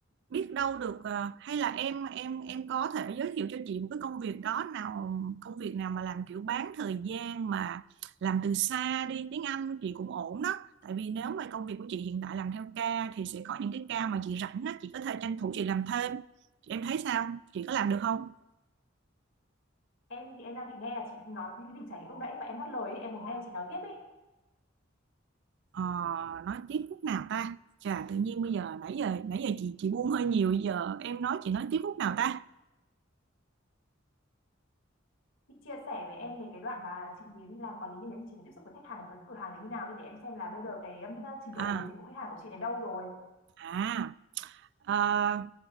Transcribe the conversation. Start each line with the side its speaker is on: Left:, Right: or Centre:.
Right: biết đâu được ờ, hay là em em em có thể giới thiệu cho chị một cái công việc đó nào công việc nào mà làm kiểu bán thời gian mà làm từ xa đi tiếng Anh của chị cũng ổn đó tại vì nếu mà công việc của chị hiện tại làm theo ca thì sẽ có những cái ca mà chị rảnh đó chị có thể tranh thủ chị làm thêm em thấy sao chị có làm được không
Left: Em thì em đang định nghe là chị nói cái tình trạng lúc nãy mà em ngắt lời ấy, em muốn nghe chị nói tiếp ấy.
Right: Ờ, nói tiếp khúc nào ta chà tự nhiên bây giờ nãy giờ nãy giờ chị chị buông hơi nhiều giờ em nói chị nói tiếp khúc nào ta
Left: Chị chia sẻ với em về cái đoạn mà chị đi làm quản lý như thế thì chị phải tiếp xúc với khách hàng ở cái cửa hàng đấy như nào đi để em xem là bây giờ cái um, trình
Right: à
Left: độ về dịch vụ khách hàng của chị đến đâu rồi.
Right: à ờ,